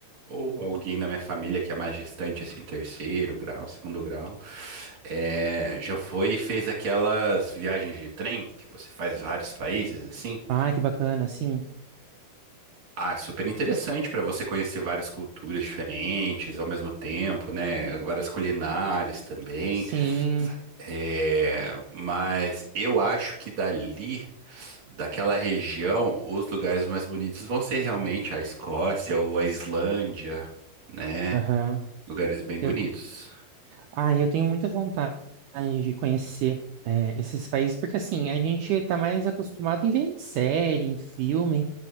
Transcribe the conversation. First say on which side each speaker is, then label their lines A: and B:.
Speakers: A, on the right; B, on the right.
A: ou alguém da minha família que é mais distante, assim, terceiro grau, segundo grau, é, já foi e fez aquelas viagens de trem que você faz vários países, assim.
B: Ai, que bacana, sim,
A: Ah, é super interessante para você conhecer várias culturas diferentes ao mesmo tempo, né? Várias culinárias também.
B: sim,
A: É, mas eu acho que dali, daquela região, os lugares mais bonitos vão ser realmente a Escócia ou a Islândia, né?
B: aham.
A: Lugares bem bonitos.
B: Eu, ah, eu tenho muita vontade de conhecer é, esses países, porque assim, a gente está mais acostumado em ver em série, em filme,